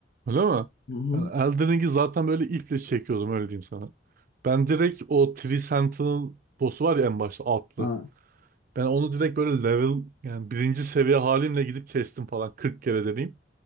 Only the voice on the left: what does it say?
Hı hı.
Ha.